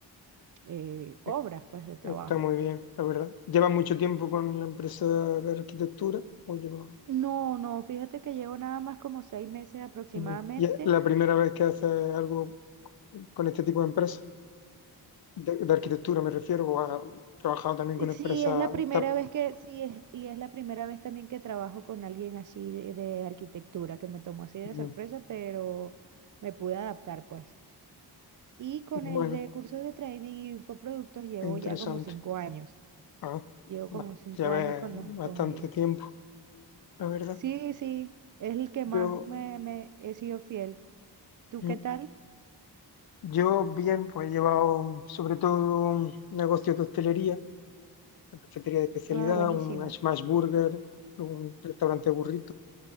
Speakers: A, on the right; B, on the left.
A: eh, obras
B: E-
A: pues de trabajo.
B: está muy bien, la verdad. lleva mucho tiempo con la empresa de arquitectura? ¿O lleva...
A: No, no, fíjate que llevo nada más como seis meses aproximadamente
B: Ujú. ¿Y es la primera vez que haces algo con este tipo de empresa? De, de arquitectura me refiero, o has trabajado también
A: Sí,
B: con
A: sí,
B: empresas
A: es la primera
B: TAP.
A: vez que, sí, es, y es la primera vez también que trabajo con alguien así de, de arquitectura, que me tomó así de
B: Mm,
A: sorpresa, pero me pude adaptar, pues. Y con
B: Bueno,
A: el de cursos de trading y infoproductos llevo
B: es interesante.
A: ya como cinco años.
B: Ah,
A: Llevo como
B: va-
A: cinco
B: ya ves
A: años con
B: bastante
A: los, con ellos.
B: tiempo, la verdad.
A: Sí, sí, es el que
B: Yo,
A: más me, me he sido fiel. ¿Tú
B: mm,
A: qué tal?
B: yo bien, pues he llevado sobre todo negocios de hostelería una cafetería de especialidad,
A: Ah, buenísimo,
B: un smash burger, un restaurante burrito.